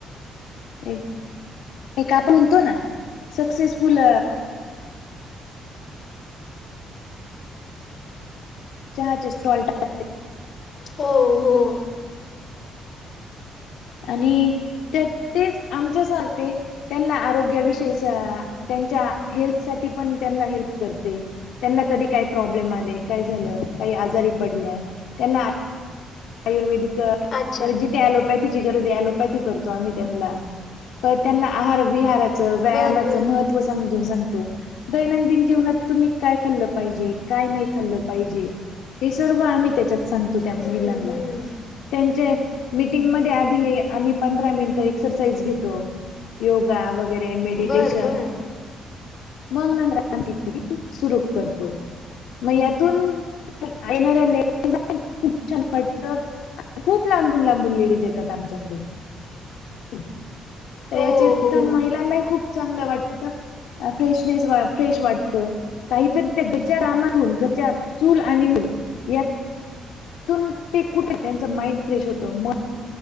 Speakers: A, on the left; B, on the left.
A: एक एक आपण म्हणतो ना सक्सेसफुल चहाचे स्टॉल टाकणं
B: हो हो.
A: आणि ते तेच आमच्यासारखे त्यांना आरोग्याविषयी त्यांच्या हेल्थ साठी पण त्यांना हेल्प करते. त्यांना कधी काय प्रॉब्लेम आले, काय झालं काही आजारी पडल्या त्यां आयुर्वेदिक <unintelligible>
B: अच्छा
A: पॅथीची गरज आहे ऍलोपॅथी करतो आम्ही त्यांना. परत त्यांना आहार विहार व्यायामाच
B: बरं बरं
A: महत्त्व समजून सांगतो. दैनंदिन जीवनात तुम्ही काय खाल्लं पाहिजे काय नाही खाल्लं पाहिजे? हे सर्व आम्ही त्याच्यात सांगतो त्या महिलांना.
B: हं, हं.
A: त्यांचे मीटिंग मध्ये आधी आम्ही पंधरा मिनिटं एक्सरसाइज घेतोय. योगा वगैरे मेडिटेशन
B: बरं बरं
A: मग नंतर आपण ते सुरू करतो. मग यातून येणाऱ्या लेडीजला खूप छान <unintelligible> खूप लांबून लांबून लेडीज येतात आमच्याकडे. खूप तर
B: हो
A: याच्यातून
B: हो
A: महिलांनाही खूप चांगलं वाटतं फ्रेशनेस वा फ्रेश वाटत. काहीतरी त्या घरच्या कामातून घरच्या चूल आणि मूल यात तुन ते कुठं त्यांच माईंड फ्रेश होत मग